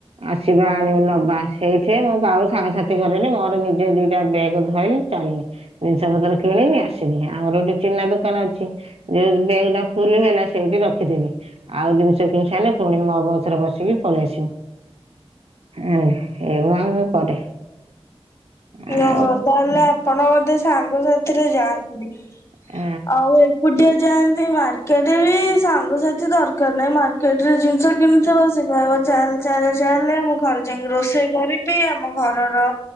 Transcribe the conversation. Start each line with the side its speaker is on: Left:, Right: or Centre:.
Right: ଆସିବା ଆଣିବ ନବା ସେଇଠି ମୁଁ କାଉ ସାଙ୍ଗସାଥି କିଲି ମୋର ନିଜେ ଦିଟା ବ୍ୟାଗ୍ ଧଇଲି ଚାଲିନି ଜିନିଷ ପତ୍ର କିଣିନି ଆସିନି ଆମର ଗୋଟେ ଚିନା ଦୋକାନ ଅଛି ଯୋଉ ବ୍ୟାଗଟା ଫୁଲ ହେଲା ସେଇଠି ରଖିଦେବି। ଆଉ ଜିନିଷ କିଣି ସାରିଲେ ପୁଣି ମୋ ବଛରେ ବସିକି ପଳେଇ ଆସମି। ଆ ଏଇ କରେ <unintelligible> ଆଉ
Left: ଓହୋ ତାହେଲେ ଆପଣ ବୋଧେ ସାଙ୍ଗସାଥିରେ ଯାଆନ୍ତିନି?
Right: ତ
Left: ଆଉ ଏକୁଟିଆ ଯାଆନ୍ତି ମାର କେଟେ ବି ସାଙ୍ଗସଥି ଦରକାର ନାହିଁ ମାର୍କେଟରେ ଜିନିଷ କିଣିଥ ବ ସେ କହିବ ଚାଲେ ଚାଲେ ଚାଲେ ମୁଁ ଘରେ ଯାଇକି ରୋଷେଇ କରିବି ଆମ ଘରର